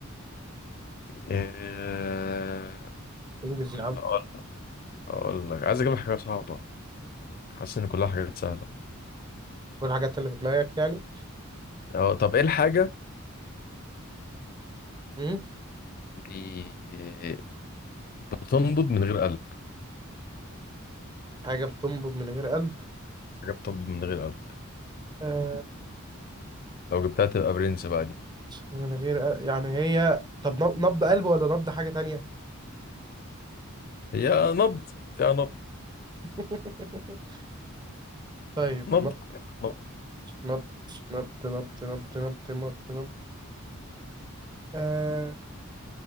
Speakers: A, on the left; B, on the right.
A: آه،
B: انجز يا عم
A: هقول هقول لك عايز اجيب لك حاجه صعبه حاسس ان كلها حاجات سهله
B: كل حاجة اللي في دماغك يعني
A: اه طب ايه الحاجه
B: امم
A: اللي بتنبض من غير قلب
B: حاجة بتنبض من غير قلب
A: حاجه بتنبض من غير قلب
B: آه
A: لو جبتها تبقى برنس بقى دي
B: من غير قلب. يعني هي طب نب- نبض قلب ولا نبض حاجة تانية
A: هي نبض فيها نبض
B: <laughs> طيب
A: نبض
B: نبض
A: نبض.
B: نبض نبض نبض نبض نبض نبض نبض آه